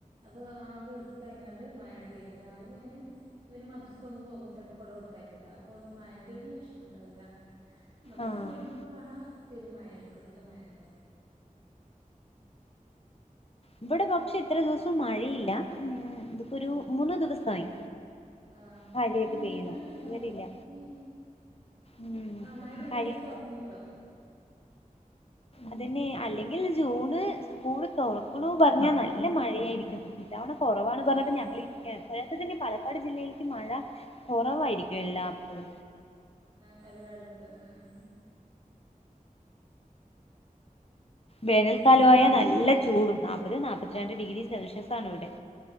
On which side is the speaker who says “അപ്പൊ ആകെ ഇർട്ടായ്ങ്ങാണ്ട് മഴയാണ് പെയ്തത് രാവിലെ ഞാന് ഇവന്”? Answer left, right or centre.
Right